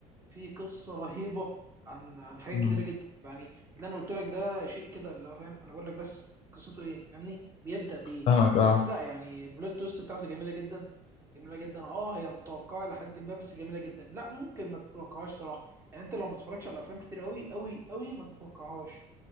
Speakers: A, on the right; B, on the left.
A: في قصه رهيبه عن عن حاجات
B: مم.
A: كتيره جدا يعني اللي انا قلت لك ده شيء كده اللي هو فاهم انا بقول لك بس قصته ايه فاهمني بيبدا بايه
B: فاهمك اه
A: بس لا يعني البلوت تويست بتاعته جميله جدا جميله جدا اه هي متوقعه لحد ما بس جميله جدا لا ممكن ما تتوقعهاش صراحه يعني انت لو ما تتفرجش على افلام كتير قوي قوي قوي ما تتوقعهاش